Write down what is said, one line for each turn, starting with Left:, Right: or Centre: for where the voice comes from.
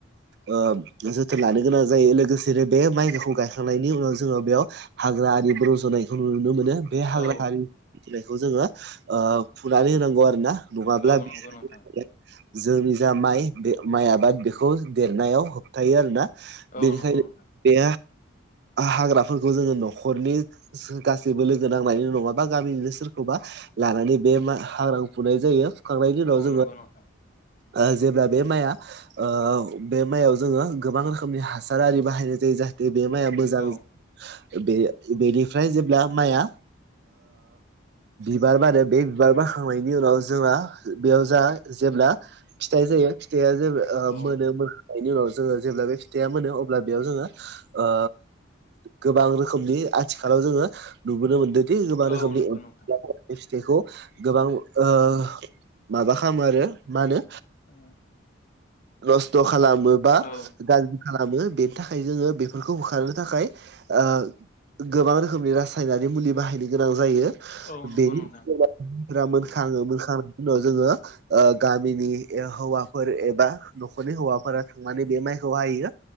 Right: ओ जोथोन लानो गोनां जायो लोगोसेनो बे माइखौखौ गायखांनायनि उनाव जोङो बेयाव हाग्रा आरिबो रज'नायखौ नुनो मोनो बे हाग्रा
Left: औ
Right: आरि रजनायखौ जोङो फुनानै होनांगौ आरो ना नङाब्ला
Left: औ
Right: बियो
Left: नंगौ नोंथां
Right: जोंनि जा माइ बे माइ आबाद बेखौ देरनायाव होबथायो आरो ना
Left: औ
Right: बेनिखायनो
Left: नंगौ नोंथां
Right: बे हाग्राफोरखौ जोंङो न'खरनि गासैबो लोगो नांनायनि नङा बा गामिनिनो सोरखौबा लानानै बे मा हाग्राखौ फुनाय जायो फुखांनायनि उनाव
Left: औ
Right: जोङो
Left: नंगौ नोंथां
Right: ओ जेब्ला बे माइआ ओ बे माइयाव जोङो गोबां रोखोमनि हासार आरि बाहायनाय जायो जाहाथे दे बे माइआ मोजां
Left: औ
Right: बे बेनिफ्राय जेब्ला माइआ बिबार बारो बे बिबार बारखांनायनि उनाव जोंहा बेयाव जा जेब्ला फिथाइ जायो फिथाइआ जेबो
Left: औ
Right: मोनो ओ बेनि उनाव जोङो जेब्ला बे फिथाइया मोनो अब्ला बेयाव जोङो ओ गोबां रोखोमनि आथिखालाव जोङो नुबोनो मोनदोंदि गोबां
Left: औ
Right: रोखोमनि
Left: नंगौ नोंथां
Right: बे फिथाइखौ गोबां ओ माबा खालामो आरो मा होनो
Left: ओ
Right: नस्थ' खालामो बा
Left: औ
Right: गाज्रि खालामो बेनि थाखाय जोङो बेफोरखौ होखारनो थाखाय ओ गोबां रोखोमनि रासायनारि मुलि बाहायनो गोनां जायो
Left: औ नंगौ
Right: बेनि
Left: नोंथां
Right: उनाव <unintelligible> मोनखांयो मोनखांनायनि उनाव जोङो ओ गामिनि हौवाफोर एबा न'खरनि हौवाफोरा थांनानै बे माइखौ हायो